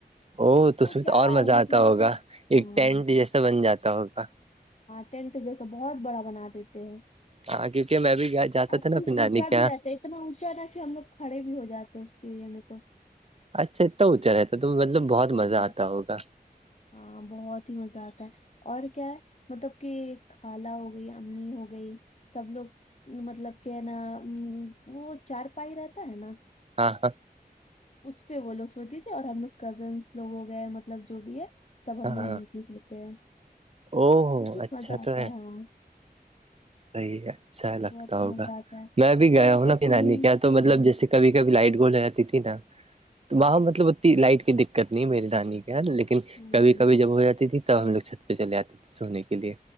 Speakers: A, on the right; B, on the left.
A: او تو اس
B: کیا
A: میں تو اور مزہ
B: مطلب
A: آتا ہوگا ایک
B: ہاں
A: ٹینٹ جیسا بن جاتا ہوگا
B: ٹینٹ جیسا بہت بڑا بنا دیتے ہیں
A: ہاں کیونکہ میں بھی جاتا
B: اور
A: تھا
B: خوب
A: نا اپنی نانی
B: اونچا
A: کے
B: بھی
A: یہاں
B: رہتا ہے اتنا اونچا تھا کہ ہم لوگ کھڑے بھی ہو جاتے ہیں اس کے لیے میں تو
A: اچھا اتتا اچا رہتا تو مطلب بہت مزہ
B: ہاں
A: آتا ہوگا
B: ہاں بہت ہی مزہ آتا ہے اور کیا ہے مطلب کہ خالہ ہو گئی امی ہو گئی سب لوگ مطلب کہ ہے نا وہ چارپائی رہتا ہے نا
A: ہاں
B: اس پہ وہ لوگ سوتی تھے اور ہم لوگ کزنس لوگ ہو گئے مطلب جو بھی ہے سب ہم
A: ہاں
B: لوگ
A: ہاں
B: نیچے سوتے ہیں
A: او
B: تو بہت
A: اچھا
B: مزہ آتا
A: تو
B: ہے ہاں
A: صحیح ہے اچھا لگتا
B: بہت ہی
A: ہوگا
B: مزہ آتا ہے
A: میں بھی گیا
B: تو وہ
A: ہوں
B: سب
A: نا اپنی
B: دن
A: نانی
B: ہوں
A: کے یہاں تو مطلب
B: ہوں
A: جیسے کبھی کبھی لائٹ گول ہو جاتی تھی نا تو وہاں مطلب اتی لائٹ کی دقت نہیں میری نانی کے لیکن
B: ہوں
A: کبھی
B: ہوں
A: کبھی جب ہو جاتی تھی تب ہم لوگ چھت پے چلے جاتے تھے سونے کے لیے